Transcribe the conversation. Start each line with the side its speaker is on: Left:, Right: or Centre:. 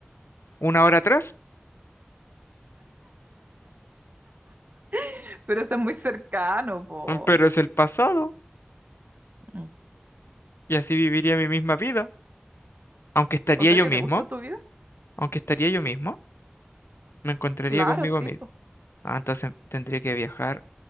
Left: una hora atrás,
Right: <laughs> Pero eso es muy cercano, po.
Left: Mm, pero es el pasado
Right: Mm.
Left: y así viviría mi misma vida. Aunque estaría
Right: O sea,
Left: yo
Right: que
Left: mismo,
Right: te gusta tu vida.
Left: aunque estaría yo mismo, me encontraría
Right: Claro,
Left: conmigo
Right: sí, po.
Left: Ah, entonces tendría que viajar